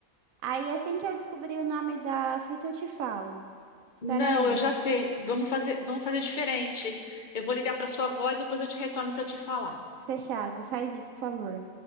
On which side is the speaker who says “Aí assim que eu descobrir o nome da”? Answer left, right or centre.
Right